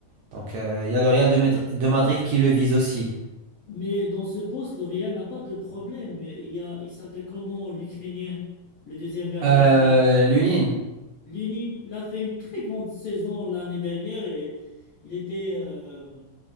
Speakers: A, on the right (about 75°); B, on the left (about 75°).
A: Donc euh, il y a le Real de, Madri- de Madrid qui le vise aussi.
B: Mais dans ce poste, le Real n'a pas de problème. Euh, Il y a, il s'appelle comment l'Ukrainien, le deuxième gardien
A: Euh,
B: qui a été
A: Lunin.
B: Lunin. Il a fait une très grande saison l'année dernière et il était euh,